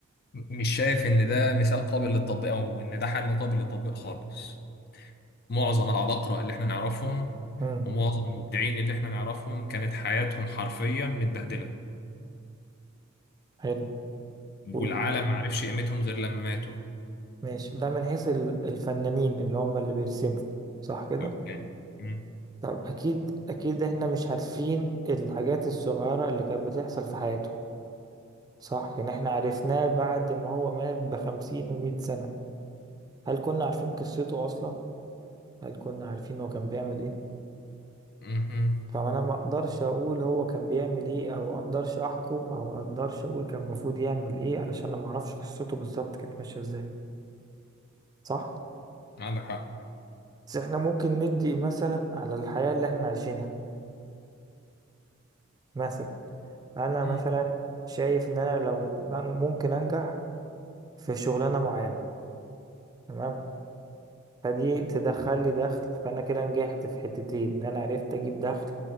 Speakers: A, on the left (about 50°); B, on the right (about 20°).
A: مش شايف ان ده مثال قابل للتطبيق او ان ده حل قابل للتطبيق خالص معظم العباقرة اللي احنا نعرفهم
B: مم.
A: ومعظم المبدعين اللي احنا نعرفهم كانت حياتهم حرفيا متبهدلة
B: حلو
A: والعالم
B: وال...
A: معرفش قيمتهم غير لما ماتوا
B: ماشي ده من حيث ال- الفنانين اللي هم اللي بيرسموا صح كده
A: اوكي مم.
B: طب اكيد اكيد احنا مش عارفين الحاجات الصغيرة اللي كانت بتحصل في حياته صح يعني احنا عرفناه بعد ما هو مات بخمسين ومية سنة هل كنا عارفين قصته اصلا هل كنا عارفين هو كان بيعمل ايه
A: مم.
B: فانا ما اقدرش اقول هو كان بيعمل ايه او اقدرش احكم او اقدرش اقول كان المفروض يعمل ايه علشان انا ما اعرفش قصته بالظبط كانت ماشية ازاي صح
A: عندك حق
B: بس احنا ممكن ندي مثلا على الحياة اللي احنا عايشينها مثلا انا
A: مم.
B: مثلا شايف ان انا لو ممكن انجح في شغلانه معينه تمام فدي تدخل لي دخل فانا كده نجحت في حتتين ان انا عرفت اجيب دخل